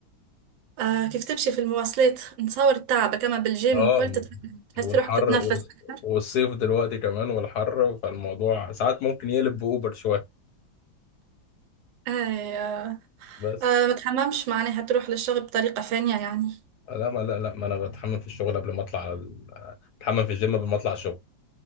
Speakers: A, on the right; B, on the left.
A: آه كيف تمشي في المواصلات نتصور التعب كما بالجيم
B: اه
A: وكل تت- تحس
B: والحر
A: روحك تتنفس
B: والص-
A: أكثر
B: والصيف دلوقتي كمان والحر فالموضوع ساعات ممكن يقلب بأوبر شوية
A: أي آه
B: بس
A: آه ما تحممش معناها تروح للشغل بطريقة ثانية يعني
B: لا ما لا لا ما انا بتحمم في الشغل قبل ما اطلع على ال... بتحمم في الجيم قبل ما اطلع الشغل